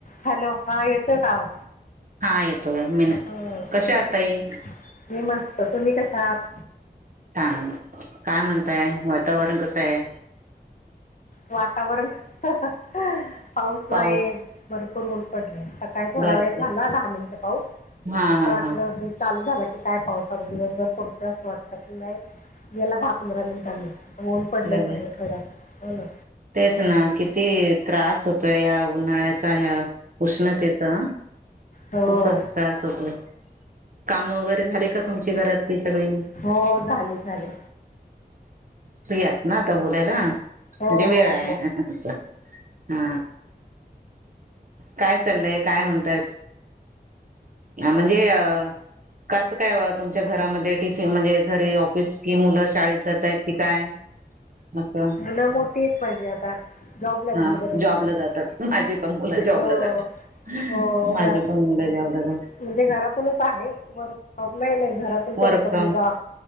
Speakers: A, on the left (about 50°); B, on the right (about 55°).
A: Hello हा येतोय काय आवाज.
B: हा येतोय मीन
A: हम्म
B: कशा
A: हम्म.
B: आहात ताई.
A: मी मस्त तुम्ही कशात?
B: छान काय म्हणताय वातावरण कसंय
A: वातावरण. पाऊस
B: पाऊस
A: नाही भरपूर ऊन पडले सकाळी थोडा
B: भरपूर
A: वेळ झाला दहा मिनट पाऊस.
B: हा
A: असं
B: हा
A: वाटलं
B: हा.
A: चालू झाला की काय पावसाला दिवसभर पडतोय असं वाटलं की नाही गेला दहा पंधरा मिनिटांनी ऊन पडलय
B: लगे
A: चांगल कडात होय ना.
B: तेच ना किती त्रास होतोय या उन्हाळ्याचा ह्या. उष्णतेचा
A: हो
B: खूपच त्रास होतोय. काम वगैरे झाले का तुमची घरातली सगळी.
A: हो झाल चाल.
B: फ्री आहात ना आता बोलायला.
A: हो
B: म्हणजे
A: हो
B: वेळाय
A: हो
B: असं हा. काय चाललंय काय म्हणताय. अ.. म्हणजे अ कसं काय तुम मच्या घरामध्ये टिफिन म्हणजे घरी ऑफिस कि मुलं शाळेत जातायत की काय. असं.
A: मुलं मोठी आहेत पाहिजे आता. जॉबला आहेत
B: हा
A: मुलं दोन्ही
B: जॉबला
A: पण
B: जातात माझी पण मुलं जॉबला
A: हो
B: जातात.
A: हो
B: माझी पण मुल जोबला जा
A: म्हणजे घरातूनच आहे वर्क फ्रॉम नाय नाय घरातून
B: वर्क
A: करतो
B: फ्रॉम
A: मुलगा.